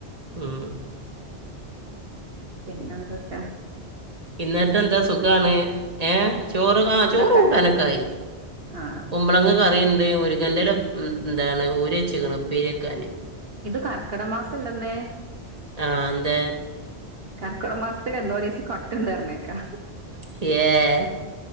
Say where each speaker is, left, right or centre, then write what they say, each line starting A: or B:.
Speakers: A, on the right; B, on the right.
A: മം
B: പിന്നെന്തുട്ട
A: ഇന്നതെന്താ സുഖാണ് ഏഹ ചോറ് ആ
B: ഫുഡൊക്കെ
A: ചോറുംകൂട്ടാനൊക്കായി
B: ആഹ്.
A: കുമ്പളങ്ങകറിണ്ട് മുരിങ്ങന്റെല ന്താണ് ഓര്യേച്ച്ക്ക്ണ് ഉപ്പേര്യേക്കാന്
B: ഇത് കർക്കിടമാസല്ലെന്ന്
A: ആഹ് ന്തേ
B: കർക്കിടമാസത്തില് എന്തോരെയ്സ് കട്ട്ണ്ടറഞ്ഞെക്കാ
A: ഏഹ്